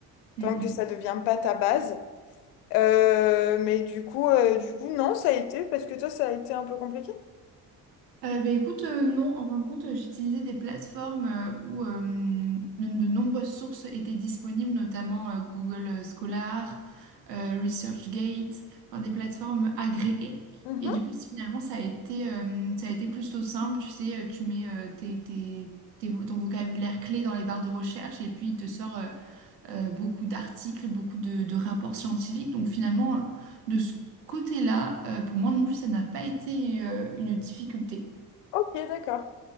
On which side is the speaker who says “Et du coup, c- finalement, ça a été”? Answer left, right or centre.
Right